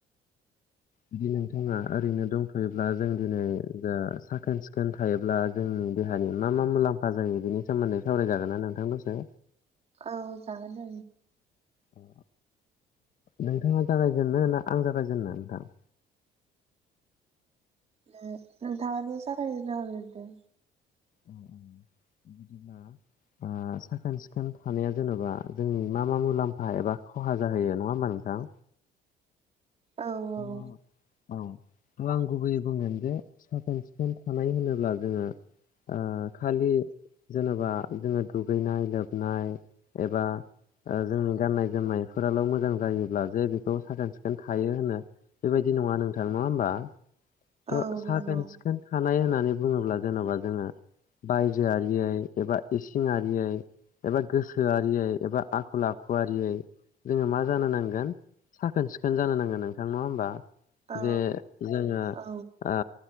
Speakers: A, on the left; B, on the right.
A: जुदि नोंथाङा ओरैनो दंथ योब्ला जों दिनै जा साखोन सिखोन थायोब्ला जोंनि देहानि मा मा मुलाम्फा जायो बि नि सोमोन्दै सावरायजागोन ना नोंथां दसे
B: औ जागोन दे
A: औ नोंथाङा जागायजेनो ना आं जागायजेनो नोंथां?
B: ना नोंथांआनो जागायजेनना होग्रोदो
A: औ औ बिदिब्ला आ साखोन सिखोन थानाया जेन'बा जोंनि मा मा मुलाम्फा एबा खहा जाहोयो नङा होमबा नों नोंथां
B: औ औ
A: अ, औ आं गुबैयै बुंगोन जे साखोन सिखोन थानाय होनोब्ला जोङो आ खालि जेनेबा जोङो दुगैनाय लोबनाय एबा ओ जोंनि गाननाय जोमनायफोराल' मोजां जायोब्ला जे बेखौ साखोन सिखोन थायो होनो बेबायदि नङा नोंथां नङा होमबा! थ'
B: औ
A: साखोन
B: नंगौ
A: सिखोन थानाय होन नानै बुङोब्ला जेन'बा जोङो बायजो आरियै एबा इसिं आरियै एबा गोसोआरियै एबा आखल आखुआरियै जोङो मा जानो नांगोन साखोन सिखोन जानो नांगोन नोंथां नङा होमबा
B: औ
A: जे जोङो
B: औ
A: ओ